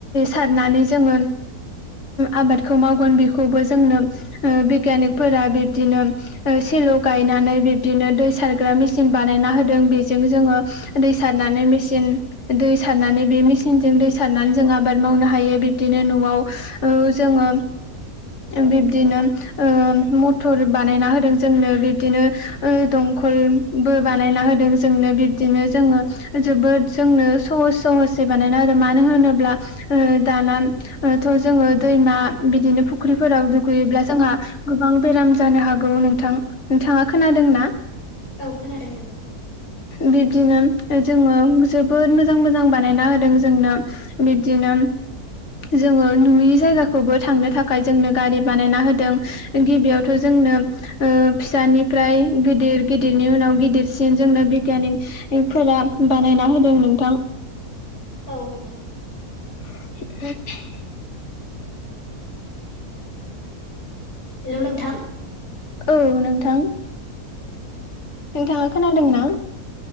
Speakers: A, on the left; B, on the left.
A: सारनानै जोङो
B: <inaudible>
A: आबादखौ मावगोन बेखौबो जोंनो बिगियानिकफोरा बिब्दिनो सेलौ गायनानै बिब्दिनो दै सारग्रा मेसिन बानायना होदों, बेजों जोङो दै सारनानै मेसि दै सारनानै बे मेसिनजों दै सारनानै जों आबाद मावनो हायो बिबदिनो न'आव औ जोङो बिब्दिनो ओ मथर बानायना होदों जोंनो बिबदिनो दं कल बो बानायना होदों जोंनो बिदिनो जोङो जोबोद जोंनो सहस स सै बानायना होदों। मानो होनोब्ला दाना थ' जोङो दैमा बिदिनो फुख्रिफोराव दुगैयोब्ला जोंहा गोबां बेराम जानो हागौ नोंथां थाङा खोनादों ना?
B: औ खोनादों नोंथां।
A: बिब्दिनो जोङो जोबोद मोजां मोजां बानायना होदों जोंनो बिब्दिनो जोङो नुयि जा थांनो थाखाय जोंनो ग बानाय हो गिबियावथ ज निफ्राय गिदिर गिदिरनि उनाव गिदिरसिन जोंनो बिगियानि फोर बानायना हो दों नोंथां
B: औ नथां
A: ए
B: हेल' नोंथां।
A: औ नोंथां।
B: औ।
A: नोंथाङा खोनादों ना।